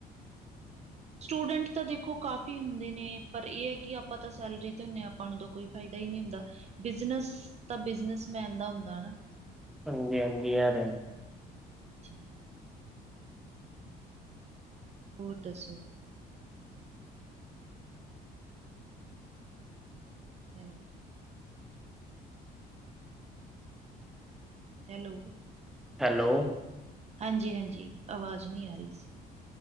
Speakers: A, on the right; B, in the centre.
A: ਸਟੂਡੈਂਟ ਤਾਂ ਦੇਖੋ ਕਾਫੀ ਹੁੰਦੇ ਨੇ, ਪਰ ਇਹ ਹੈ ਕਿ ਆਪਾਂ ਤਾਂ ਸੈਲਰੀ ਤੇ ਹੁੰਦੇ ਆ ਆਪਾਂ ਨੂੰ ਤਾਂ ਕੋਈ ਫਾਇਦਾ ਹੀ ਨਹੀਂ ਹੁੰਦਾ। ਬਿਜਨਸ ਤਾਂ ਬਿਜਨਸਮੈਨ ਦਾ ਹੁੰਦਾ ਨਾ
B: ਹਾਂਜੀ ਹਾਂਜੀ ਇਹ ਹੈ ਤੇ
A: ਹਾਂਜੀ ਹਾਂਜੀ ਹੋਰ ਦਸੋ। ਹੈਲੋ। ਹੈਲੋ।
B: ਹੈਲੋ,
A: ਹਾਂਜੀ-ਹਾਂਜੀ ਆਵਾਜ਼ ਨਹੀਂ ਆ ਰਹੀ ਸੀ।